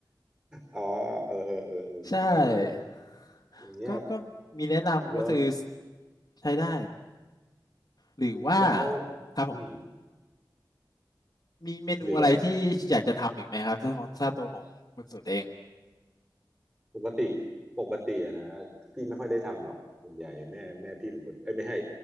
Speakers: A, on the right (about 20°); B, on the left (about 55°).
A: อ๋อเออเออเออเออพี่ว่า
B: ใช่
A: อย่างเงี้ย
B: ก็ก็มีแนะนำก็คือ
A: เวิร์ก
B: ใช้ได้หรือว่า
A: แล้ว
B: ครับผม
A: อืม
B: มีเมนูอะไรที่อยากจะทำอีกไหมครับถ้าถ้าตัวของคุณสุดเอง
A: หรืออะไรปกติปกติอะนะพี่ไม่ค่อยได้ทำหรอกส่วนใหญ่แม่แม่พี่เป็นคนเอ้ยไม่ให้